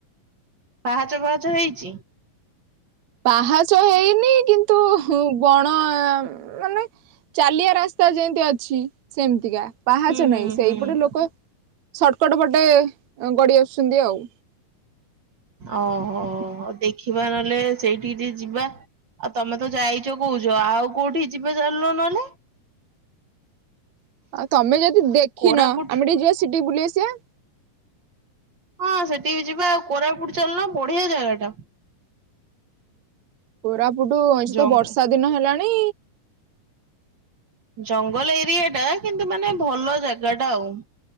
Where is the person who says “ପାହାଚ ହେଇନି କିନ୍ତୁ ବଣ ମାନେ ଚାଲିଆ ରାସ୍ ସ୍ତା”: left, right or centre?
Right